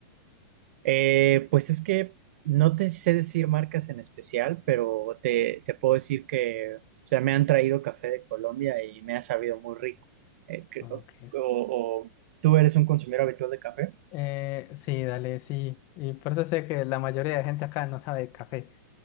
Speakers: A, on the right (about 50°); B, on the left (about 30°).
A: Eh, pues es que no te sé decir marcas en especial, pero te, te puedo decir que, o sea, me han traído café de Colombia y me ha sabido muy rico. Eh, que-
B: Ah,
A: o,
B: Ok.
A: o- ¿tú eres un consumidor habitual de café?
B: Eh, sí, dale, sí. Y por eso sé que la mayoría de gente acá no sabe de café.